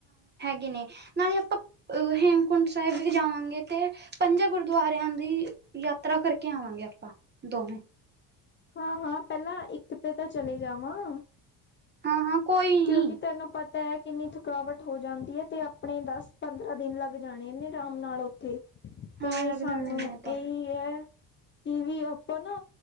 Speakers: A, on the right; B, on the left.
A: ਗੇ ਨੇ ਨਾਲੇ ਆਪਾਂ ਹੇਮ ਕੁੰਟ ਸਾਹਿਬ ਵੀ ਜਾਵਾਂਗੇ ਤੇ ਪੰਜਾਂ ਗੁਰਦੁਆਰਿਆਂ ਦੀ ਯਾਤਰਾ ਕਰਕੇ ਆਵਾਂਗੇ ਆਪਾਂ। ਦੋਵੇਂ।
B: ਹਾਂ-ਹਾਂ, ਪਹਿਲਾਂ ਇੱਕ ਤੇ ਤਾਂ ਚਲੇ ਜਾਵਾਂ।
A: ਹਾਂ ਹਾਂ ਕੋਈ ਨੀ
B: ਕਿਉਂਕਿ ਤੈਨੂੰ ਪਤਾ ਐ। ਕਿੰਨੀ ਥਕਾਵਟ ਹੋ ਜਾਂਦੀ ਏ ਤੇ ਆਪਣੇ ਦਸ-ਪੰਦਰਾਂ ਦਿਨ ਲੱਗ ਜਾਣੇੇ ਆਰਾਮ ਨਾਲ ਉੱਥੇ।
A: ਹਾਂ
B: ਤੇ
A: ਲੱਗ
B: ਸਾਨੂੰ
A: ਜਾਣੇ ਨੇ ਤਾਂ
B: ਇਹੀ ਏ ਕਿ ਵੀ ਆਪਾਂ ਨਾ